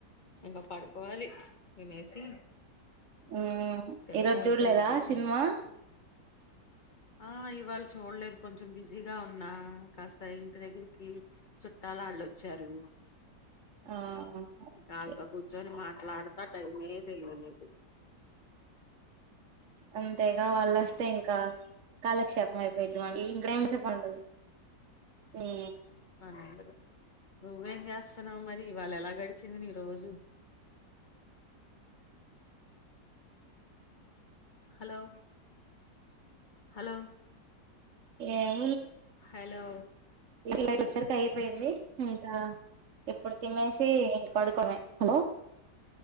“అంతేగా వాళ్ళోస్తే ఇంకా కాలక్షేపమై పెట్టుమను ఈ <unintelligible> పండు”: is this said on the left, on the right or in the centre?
Right